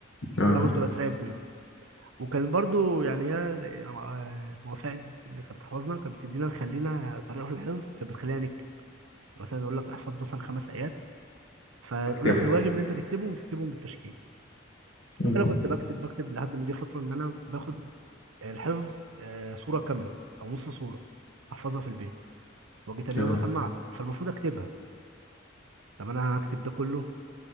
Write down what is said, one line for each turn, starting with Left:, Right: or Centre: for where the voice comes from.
Left: اه
Right: فانا كنت بترعب منه وكان برضو يعني هي آه، موافقة اللي كانت بتحفظنا كانت بتدينا نخلينا طريقه في الحفظ كانت بتخلينا نكتب يعني مثلا يقول لك احفظ مثلا خمس ايات فيقول
Left: تكتبه
Right: لك الواجب اللي انت تكتبه وتكتبهم بالتشكيل
Left: امم
Right: فانا كنت بكتب بكتب لحد ما جه فتره ان انا باخد الحفظ آه، صوره كامله او نص صوره احفظها في البيت واجي تاني
Left: اه
Right: يوم اسمعها فالمفروض اكتبها طب انا هكتب ده كله